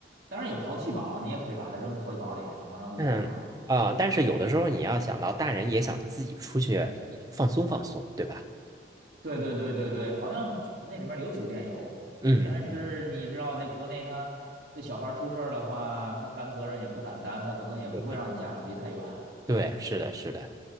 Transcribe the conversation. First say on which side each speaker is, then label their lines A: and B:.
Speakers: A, on the right (about 65°); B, on the right (about 20°).
A: 当然有淘气堡，你也可以把它扔淘气堡里，然后让他自己玩儿。
B: 嗯啊，但是有的时候你要想到大人也想自己出去放松放松，对吧？
A: 对对对对对，好像酒那里面有酒店有，
B: 嗯嗯，
A: 但是你知道，在国内他那小孩儿出事儿的话，他担责任也不敢担，他可能也不会让你家长离太远。
B: 对对，是的，是的。